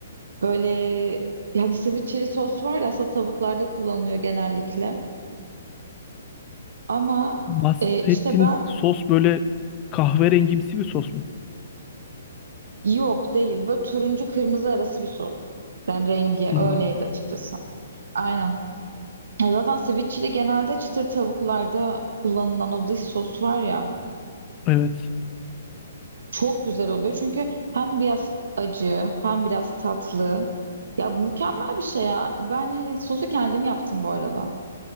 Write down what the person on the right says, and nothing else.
Böyle yani sweet chili sos var ya aslında tavuklarda kullanılıyor genellikle. Ama
e, işte ben
yok değil. Böyle turuncu kırmızı arası bir sos. Ben rengi
öyleydi açıkçası. Aynen. Ya zaten sweet chili genelde çıtır tavuklarda kullanılan o dış sos var ya.
Çok güzel oluyor çünkü hem biraz acı hem biraz tatlı. Ya mükemmel bir şey ya. Ben hani sosu kendim yaptım bu arada.